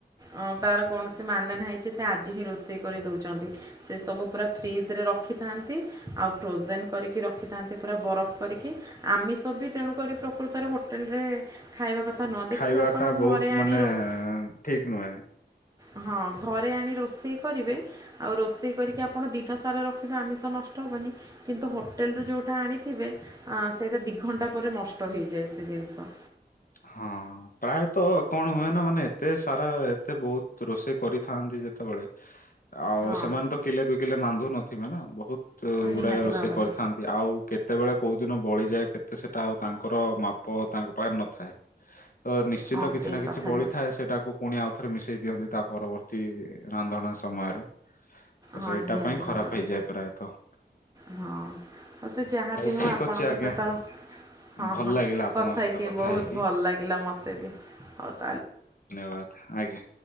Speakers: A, on the right; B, on the left.
A: ଅଁ ତାର କୌଣ କାନେ ନାହିଁ ଯେ ସେ ଆଜି ହିଁ ରୋଷେଇ କରି ଦେଉଛନ୍ତି ସେ ସବୁ ପୁରା ଫ୍ରିଜରେ ରଖିଥାନ୍ତି ଆଉ ଫ୍ରୋଜେନ୍ କରିକି ରଖିଥାନ୍ତି ପୁରା ବରଫ କରିକି ଆମିଷ ବି ତେଣୁକରି ପ୍ରକୃତରେ ହୋଟେଲରେ ଖାଇବା କଥା ନୁହଁ ଦେଖିବେ
B: ଖାଇବା
A: ଆପଣ
B: ଟା
A: ଘରେ
B: ବହୁତ
A: ଆଣି
B: ମାନେ
A: ରୋଷେଇ
B: ଠିକ ନୁହେଁ।
A: ହଁ ଘରେ ଆଣି ରୋଷେଇ କରିବେ ଆଉ ରୋଷେଇ କରିକି ଆପଣ ଦିନ ସାରା ରଖିବେ ଆମିଷ ନଷ୍ଟ ହେବନି। କିନ୍ତୁ ହୋଟେଲରୁୁ ଯେଉଁଟା ଆଣିଥିବେ ଆଁ ସେଇଟା ଦୁଇଘଣ୍ଟା ପରେ ନଷ୍ଟ ହୋଇଇଯାଏ ସେ ଜିନିଷ।
B: ହଁ ପ୍ରାୟତଃ କଣ ହୁଏନା ମାନେ ଏତେ ସାରା ଏତେ ବହୁତ ରୋଷେଇ କରିଥାନ୍ତି। ଯେତେବେଳେ ଆଉ
A: ହଁ
B: ସେମାନେ ତ କିଲେ ଦୁ କିଲେ ରାନ୍ଧୁ ନଥିବେ ନା ବହୁତ ତ
A: ନିହାତି
B: ଗୁଡା ରୋଷେଇ
A: ଭାବରେ
B: କରିଥାନ୍ତି ଆଉ କେତେ କେତେବେଳେ କୋଉ ଦିନ ବଳିଯାଏ କେତେ ସେଟା ଆଉ ତାଙ୍କର ମାପ ତାଙ୍କ ପାଇଁ ନଥାଏ। ତ ନିଶ୍ଚିନ୍ତ
A: ହଁ
B: କିଛି
A: ସେଇ
B: ନା କିଛି
A: କଥାଟି
B: ବଳିଥାଏ ସେଟା କୁ ପୁଣି ଆଉ ଥରେ ମିଶେଇ ଦିଅନ୍ତି ତା ପରବର୍ତ୍ତୀ ରାନ୍ଧଣା ସମୟରେ। ତ
A: ହଁ
B: ସେଇଟା
A: ନିହାତି
B: ପାଇଁ ଖରାପ
A: ଭାବରେ
B: ହେଇଯାଏ ପ୍ରାୟତଃ।
A: ହଁ ଆଉ ସେ ଯାହା ବିି ହଉ
B: ଠିକ
A: ଆପଣଙ୍କ
B: ଅଛି ଆଜ୍ଞା
A: ସହିତ ହଁ
B: ଭଲ
A: ହଁ
B: ଲାଗିଲା ଆପଣଙ୍କ
A: କଥା
B: ସହିତ କଥା
A: ବହୁତ
B: ହେଇକି।
A: ଭଲ ଲାଗିଲା ମୋତେ ବି ଆଉ।
B: ଧନ୍ୟବାଦ ଆଜ୍ଞା।